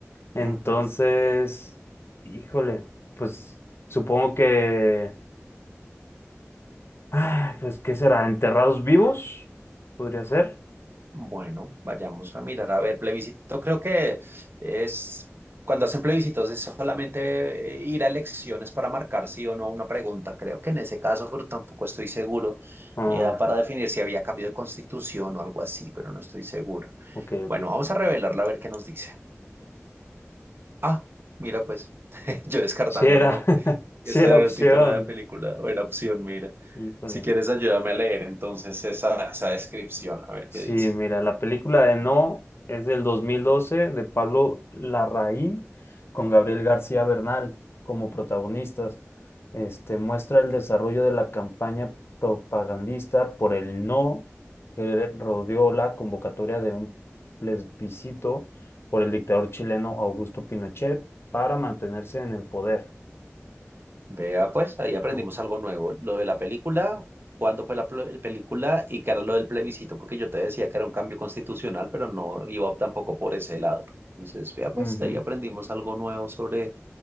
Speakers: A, on the left; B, on the right.
A: Entonces,
B: Ujú.
A: híjole, pues supongo que, ah, pues, ¿qué será? ¿Enterrados vivos? ¿Podría ser?
B: Bueno, vayamos a mirar, a ver, plebiscito. Creo que es cuando hacen plebiscitos es solamente eh, ir a elecciones para marcar sí o no a una pregunta. Creo que en ese caso, pero tampoco estoy seguro.
A: Oh,
B: Era para definir si había cambio de constitución o algo así, pero no estoy seguro.
A: ok, ok.
B: Bueno, vamos a revelarla a ver qué nos dice. Ah, mira, pues <laughs> yo descartando
A: Sí era,
B: no.
A: <laughs>
B: Ese
A: sí era
B: era
A: opción.
B: el título de la película, o era opción, mira.
A: Híjole.
B: Si quieres, ayúdame a leer entonces esa, esa descripción, a ver qué
A: Sí,
B: dice.
A: mira, la película de No es del 2012 de Pablo Larraín con Gabriel García Bernal como protagonistas. Este muestra el desarrollo de la campaña propagandista por el No que rodeó la convocatoria de un plebiscito por el dictador chileno Augusto Pinochet para mantenerse en el poder.
B: Vea, pues ahí aprendimos
A: No.
B: algo nuevo. Lo de la película, cuándo fue la pl- película y qué era lo del plebiscito, porque yo te decía que era un cambio constitucional, pero no iba tampoco por ese lado. Entonces, vea, pues
A: Ujú,
B: ahí aprendimos algo nuevo sobre,